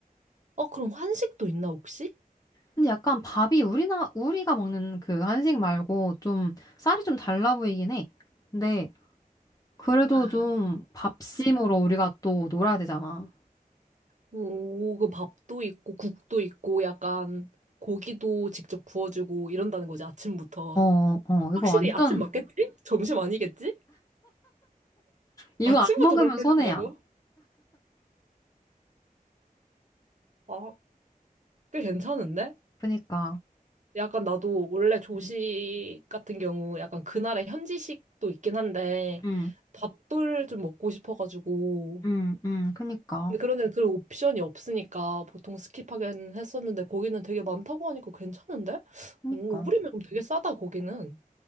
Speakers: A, on the right; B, on the left.
A: 어, 그럼 한식도 있나, 혹시?
B: 근데 약간 밥이 우리나 우리가 먹는 그 한식 말고 좀 쌀이 좀 달라 보이긴 해 근데 그래도
A: 아,
B: 좀 밥심으로 우리가 또 놀아야 되잖아.
A: 오, 그 밥도 있고, 국도 있고, 약간 고기도 직접 구워주고 이런다는 거지, 아침부터.
B: 어, 어,
A: 확실히
B: 이거 완전,
A: 아침 맞겠지? 점심 아니겠지?
B: 이거
A: 아침부터
B: 안 먹으면
A: 그렇게
B: 손해야.
A: 해준다고? 아, 꽤 괜찮은데?
B: 그니까.
A: 약간 나도 원래 조식
B: 응,
A: 같은 경우 약간 그날의 현지식도 있긴 한데,
B: 응,
A: 밥을 좀 먹고 싶어가지고,
B: 응, 응, 그니까.
A: 근데 그런데 그런 옵션이 없으니까 보통 스킵하긴 했었는데 거기는 되게 많다고 하니까 괜찮은데?
B: 그니까.
A: 오, 5불이면 그럼 되게 싸다 거기는.